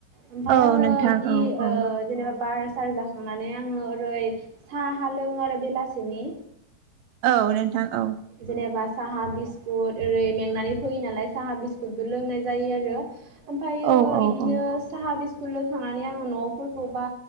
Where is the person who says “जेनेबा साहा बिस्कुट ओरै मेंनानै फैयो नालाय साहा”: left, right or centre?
Right